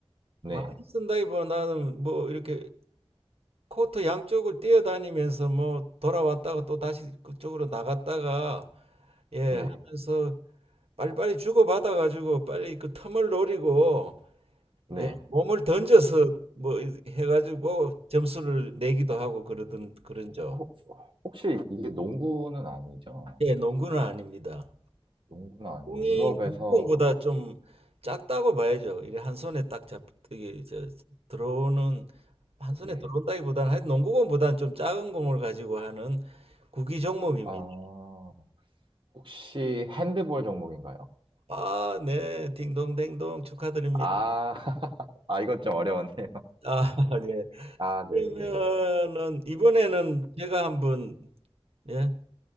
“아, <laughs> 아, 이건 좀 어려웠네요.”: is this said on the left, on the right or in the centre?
Right